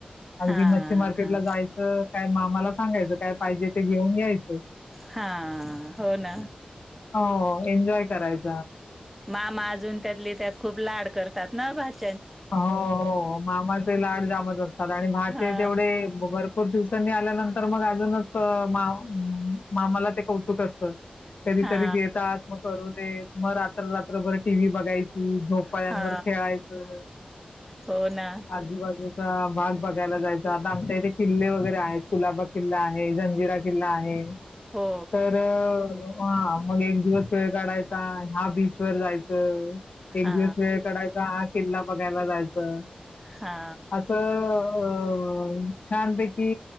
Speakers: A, on the left; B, in the centre.
A: अगदी
B: हा
A: मच्छी मार्केटला जायचं काय मामाला- सांगायचं काय पाहिजे ते घेऊन यायच.
B: हा हो ना.
A: हो एन्जॉय करायचं.
B: मामा अजून त्यातले त्यात खूप लाड करतात ना भाच
A: हो हो मामाचे लाड जामच असतात आणि भाचे
B: हा
A: तेवढे बर खुप दिवसांनी आल्यानंतर मग अजूनच मा मामाला ते कौतुक असतं. कधीतरी
B: हा
A: येतात मग करू देत. मग रात्र रात्रभर टीव्ही बघाय ची झोपाळ्यांवर
B: हा
A: खेळायचं.
B: हो ना.
A: आजूबाजूचा भाग बघायला जायचा, आता आमच्या इथे किल्ले वगैरे आहेत कुलाबा किल्ला आहे जंजिरा किल्ला आहे.
B: हो
A: तर हा मग एक दिवस वेळ काढायचा ह्या बीच वर जायचं. एक
B: हा
A: दिवस म कढायचा हा किल्ला बघायला जायचं.
B: हा.
A: असं अ छानपैकी